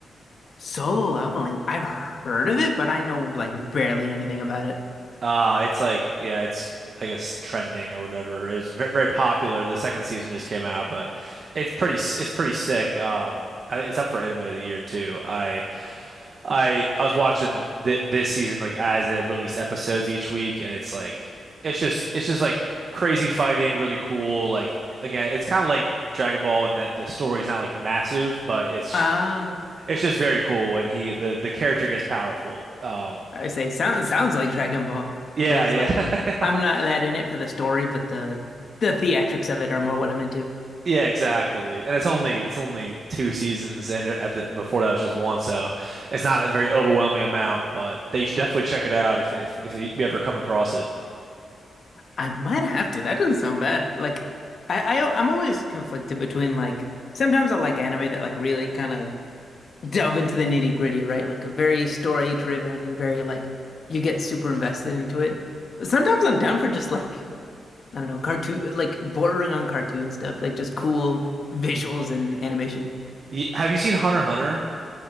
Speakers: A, on the left; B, on the right.
A: Solo Leveling, I've heard of it, but I know like barely anything about it.
B: Uh, it's like, yeah, it's, I guess, trending or whatever. It was very, very popular. The second season just came out, but it's pretty, s- it's pretty sick. Um, I- it's up for anime of the year too. I, I, I was watching th this season like as they released episodes each week, and it's like, it's just, it's just like crazy fighting, really cool. Like again, it's kind of like Dragon Ball in that the story is not like massive, but it's,
A: Oh.
B: it's just very cool. And he, the, the character gets powerful. Um,
A: I would say sounds sounds like Dragon Ball.
B: yeah,
A: Whereas
B: yeah.
A: like I'm not
B: <laughs>
A: that in it for the story, but the the theatrics of it are more what I'm into.
B: Yeah, exactly. And it's only it's only two seasons, and at the before that was just one, so it's not a very overwhelming amount. But they should definitely check it out if if if you ever come across it.
A: I might have to. That doesn't sound bad. Like I, I I'm always conflicted between like sometimes I like anime that like really kind of delve into the nitty gritty, right? Like a very story driven, very like you get super invested into it. But sometimes I'm down for just like I don't know, cartoon like bordering on cartoon stuff, like just cool visuals and animation.
B: Y- Have you seen Hunter x Hunter?